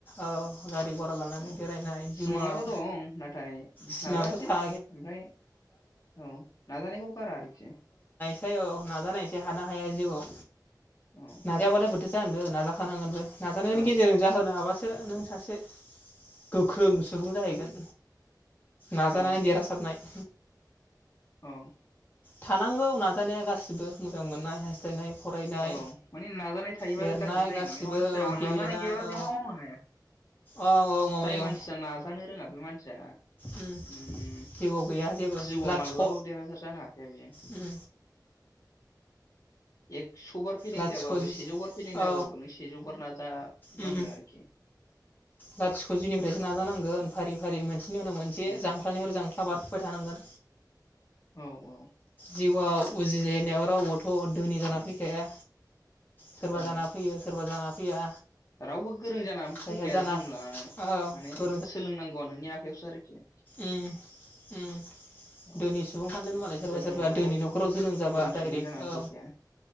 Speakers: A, on the left; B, on the left.
A: औ गारि गरा लानानै
B: औ
A: बेरायनाय जिउआव
B: सिमाङाथ' दं नाथाय
A: सिमांथ'
B: नाजानोसै
A: था
B: ओमफ्राय औ नाजानायखौ गारा आरोखि।
A: फाय औ नाजानायसै हानो हाया जिउआव।
B: औ
A: नाजायाबालाय बो थो जानो नाजाखानांगोनबो। नाजानायनि
B: औ
A: गेजेरजों जाहोनो हाबासो नों सासे गोख्रों सुबुं जाहैगोन। नाजानानै
B: औ
A: देरहासादनाय। <inaudible>
B: औ
A: थानांगौ नाजानाया गासिबो मोजां मोननाय हास्थायनाय फरायनाय
B: औ माने नाजानाय थायोबासो
A: लिरनाय
B: गासिबो जायो नालाय मानसिया
A: औ गेलेनाय
B: नाजानाय गैयाबा
A: औ
B: जेबो मावनो हाया
A: औ औ मामाय
B: जाय मानसिया
A: औ
B: नाजानो रोङा बे मानसिया ओम
A: उम जिउआव गैया जेबो
B: जिउआव
A: लाथिख'
B: माल्लाबाबो देरहासार जानो हाखाया बियो।
A: उम
B: एक स'बार फेलें
A: लाथिख'
B: जाबाबो सेजौ बार फेलें जाबाबो
A: औ
B: नों सेजौ बार नाजा
A: उम
B: नांगोन आरोखि।
A: लाथिख' जिनिफ्रायसो नाजानांगोन फारि फारि मोनसे नि उनाव मोनसे
B: ओम
A: जांख्लानिफ्राय जां ख्ला बारखोबाय थानांगोन।
B: औ औ
A: जिउआव उजिजे नायाव राव बोथ' धोनि जाना
B: ओम
A: फैखाया। सोरबा
B: औ
A: जाना फैयो सोरबा जाना‌ फैया।
B: रावबो गोरों जानानै
A: जायहा
B: फैखाया
A: जाना
B: जोनोम लानानै
A: औ
B: माने
A: गोरों
B: सोलोंनांगौआ नों नि आखायावसो आरोखि।
A: उम उम उम
B: औ
A: दोनि सुबुंफ्रान देन मालाय सोरबा
B: जोनोमाव
A: सोरबा
B: रावबो
A: दोनि न'खराव जोनोम जाबा
B: गोरों
A: डाइरेक्ट
B: सुबुं जानानै
A: औ
B: फैखाया